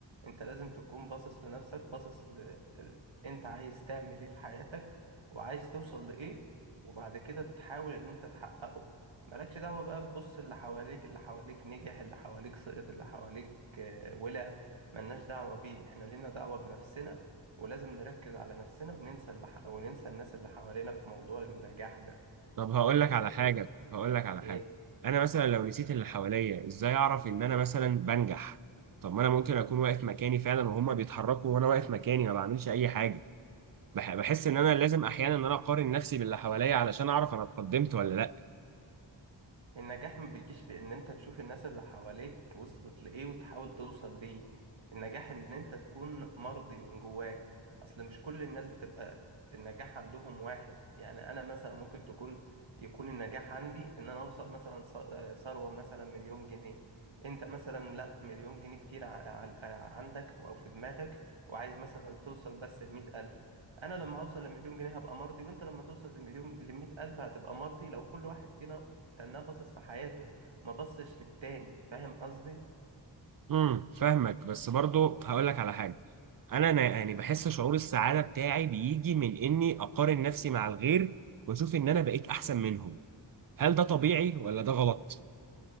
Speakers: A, on the right (about 75°); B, on the right (about 50°).
A: انت لازم تكون باصص لنفسك باصص ل... ل- انت عايز تعمل ايه في حياتك وعايز توصل لايه وبعد كده تحاول ان انت تحققه مالكش دعوة بقى تبص اللي حواليك اللي حواليك نجح اللي حواليك سقط اللي حواليك آه، ولا ملناش دعوة بيه احنا لينا دعوة بنفسنا ولازم نركز على نفسنا وننسى اللي ح... وننسى الناس اللي حوالينا في موضوع النجاح ده
B: طب هقول
A: طب انت
B: لك
A: ك...
B: على حاجة هقول لك على
A: ايه
B: حاجة أنا مثلا لو نسيت اللي حواليا إزاي أعرف إن أنا مثلا بنجح طب ما أنا ممكن أكون واقف مكاني فعلا وهما بيتحركوا وأنا واقف مكاني ما بعملش أي حاجة بح- بحس إن أنا لازم أحيانا إن أنا أقارن نفسي باللي حواليا علشان أعرف أنا اتقدمت ولا لأ
A: النجاح ما بيجيش بإن أنت تشوف الناس اللي حواليك وصلت لإيه وتحاول توصل ليه النجاح إن أنت تكون مرضي من جواك أصل مش كل الناس بتبقى النجاح عندهم واحد يعني أنا مثلا ممكن تكون يكون النجاح عندي إن أنا أوصل مثلا ث- آه، ثروة مثلا مليون جنيه أنت مثلا لأ مليون جنيه كتير ع- ع- آه، عندك أو في دماغك وعايز مثلا توصل بس لمية ألف أنا لما أوصل لمليون جنيه هبقى مرضي وأنت لما توصل لمليون لمية ألف هتبقى مرضي لو كل واحد فينا تناه باصص في حياته ما بصش للتاني فاهم قصدي
B: امم فاهمك بس برضو هقول لك على حاجة أنا أنا يعني بحس شعور السعادة بتاعي بيجي من إني أقارن نفسي مع الغير وأشوف إن أنا بقيت أحسن منهم هل ده طبيعي ولا ده غلط؟